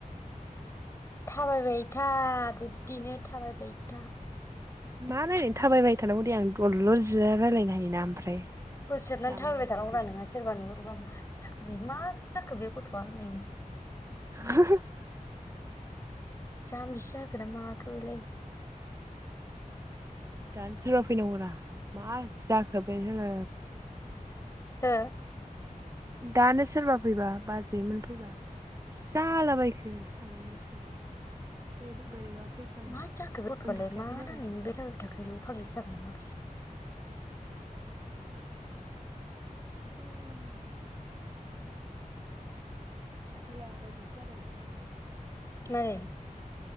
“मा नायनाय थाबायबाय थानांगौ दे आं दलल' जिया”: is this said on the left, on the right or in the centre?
Right